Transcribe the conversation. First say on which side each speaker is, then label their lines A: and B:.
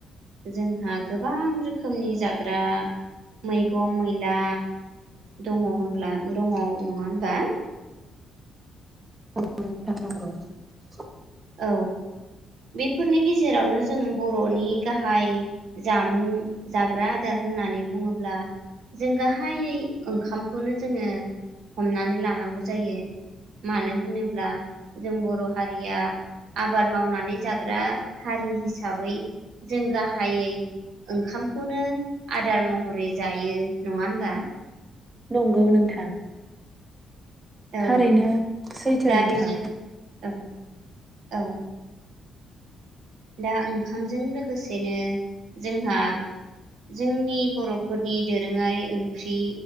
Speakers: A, on the right; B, on the right.
A: जोंहा गोबां रोखोमनि जाग्रा मैगं मैला दङ होनब्ला दङ नङा होनबा
B: <inaudible>
A: औ बेफोरनि गे जेरावनो जों बर'नि गाहाय जामुं जाग्रा आदार होननानै बुङोब्ला जों गाहायै ओंखामखौनो जोङो हमनानै लानांगौ जायो मानो होनोब्ला जों बर' हारिया आबाद मावनानै जाग्रा हारि हिसाबै जों गाहायै ओंखामखौनो आदार महरै जायो नङा होनबा
B: नोंगौ नोंथां
A: औ
B: थारैनो सैथो
A: दा
B: नोंथां
A: बेजों औ औ दा ओंखामजों लोगोसेनो जोंहा जोंनि बर'फोरनि दोरोङारि ओंख्रि